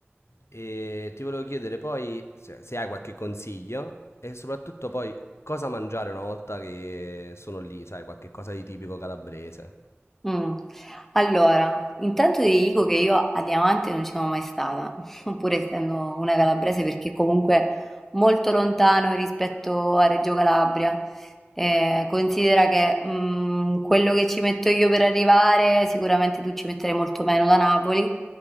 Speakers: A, on the left; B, in the centre.
A: e ti volevo chiedere poi se, se hai qualche consiglio e soprattutto poi cosa mangiare una volta che sono lì, sai, qualche cosa di tipico calabrese.
B: Mh. Allora, intanto ti dico che io a Diamante non ci sono mai stata, <laughs> pur essendo una calabrese, perché comunque molto lontano rispetto a Reggio Calabria. Eh, considera che mh, quello che ci metto io per arrivare, sicuramente tu ci metterai molto meno da Napoli,